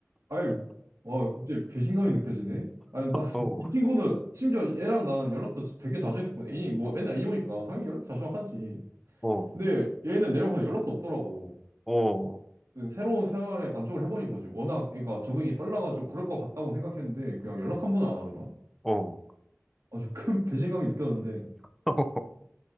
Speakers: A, on the right; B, in the centre.
A: 아니, 와, 갑자기 배신감이 느껴지네. 아니, 나,
B: 어,
A: 이 친구는, 심지어 얘랑 나는 연락도 되게 자주 했었고, 애니, 뭐, 맨날 애니 보니까 당연히 연락 자주 하지.
B: 어,
A: 근데 얘는 내려가서 연락도 없더라고.
B: 어,
A: 그 새로운 생활에 만족을 해버린 거지. 워낙 애가 적응이 빨라가지고 그럴 것 같다고 생각했는데, 그냥 연락 한 번을 안 하더라.
B: 어,
A: 아주 큰 <laughs> 배신감이 느꼈는데
B: <laughs>